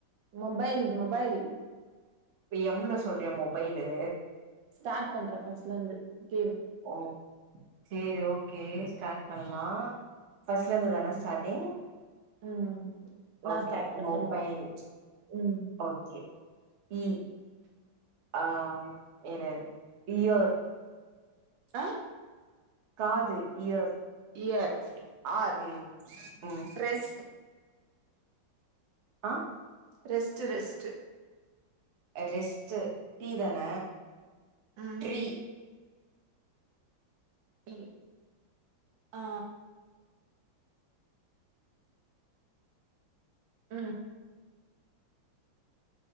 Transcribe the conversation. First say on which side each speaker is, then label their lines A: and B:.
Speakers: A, on the right; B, on the right.
A: மொபைல் மொபைல்
B: எம்ல சொல்றியா மொபைலு
A: ஸ்டார்ட் பண்றே ஃபர்ஸ்ட்ல இருந்து கேம்
B: ஓ சேரி ஓகே ஸ்டார்ட் பண்லா ஃபர்ஸ்ட்ல இருந்துதானா ஸ்டாட்டிங்
A: ம் நா
B: ஓகே
A: ஸ்டார்ட் பண்ற
B: மொபைல்
A: ம்
B: ஓகே இ ஆ இரு இயர்
A: ஆ
B: காது இயர்
A: இயர் ஆர்
B: ம் ம்
A: ரெஸ்ட்
B: ஆ
A: ரெஸ்ட்டு ரெஸ்ட்டு
B: ரெஸ்ட்டு டீ தான
A: ம்
B: ட்ரீ
A: இ ஆ ம்